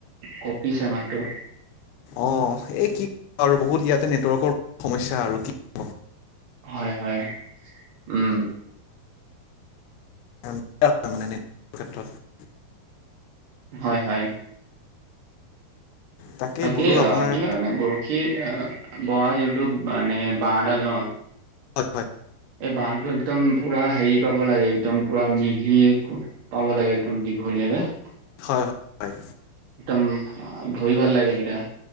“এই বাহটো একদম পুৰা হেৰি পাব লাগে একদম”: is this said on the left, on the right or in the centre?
Right